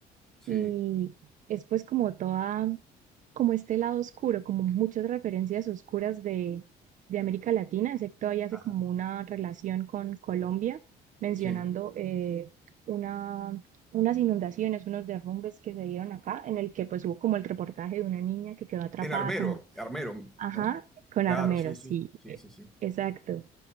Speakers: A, in the centre; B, on the right (about 50°).
A: Sí.
B: Y es pues como toda, como este lado oscuro, como muchas referencias oscuras de, de América Latina. Sé que todavía hace
A: Ajá.
B: como una relación con Colombia, mencionando
A: Sí.
B: eh, una, unas inundaciones, unos derrumbes que se dieron acá, en el que pues hubo como el reportaje de una niña que quedó atrapada
A: En Armero,
B: como,
A: Armero,
B: ajá,
A: ¿no?
B: con
A: Claro,
B: armeros,
A: sí, sí.
B: sí,
A: Sí,
B: eh,
A: sí, sí.
B: exacto